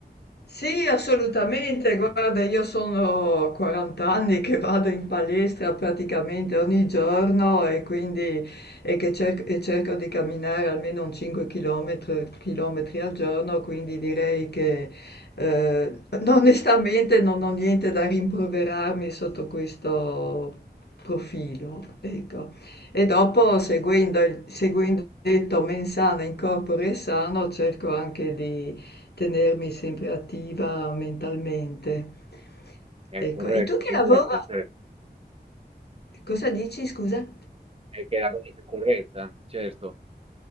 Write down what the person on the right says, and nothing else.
È
corretto,
corretto,
certo.
È che è la cosa più corretta, certo.